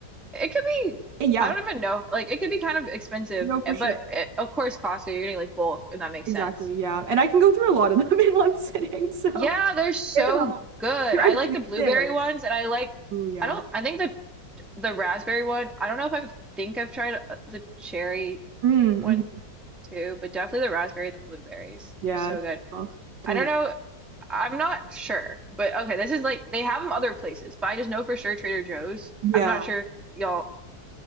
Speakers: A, in the centre; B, on the right (about 75°).
A: it could be.
B: Eh, Yeah.
A: I don't even know. Like it could be kind of expensive,
B: No, for
A: eh, but
B: sure.
A: it, of course Costco, you're getting like bulk, and that makes
B: Exactly.
A: sense.
B: Yeah. And I can go through a lot of them <laughs> in one sitting, so
A: Yeah, they're so
B: it helps.
A: good.
B: They're
A: I
B: addictive.
A: like the blueberry ones, and I like.
B: Oh yeah.
A: I don't. I think the the raspberry one. I don't know if I think I've tried uh, the cherry
B: Mm, Mm-hmm.
A: one too, but definitely the raspberry and the blueberries
B: Yeah.
A: is so good.
B: Oh, deli-
A: I don't know I'm not sure, but okay, this is like they have them other places, but I just know for sure Trader Joe's.
B: Yeah.
A: I'm not sure if y'all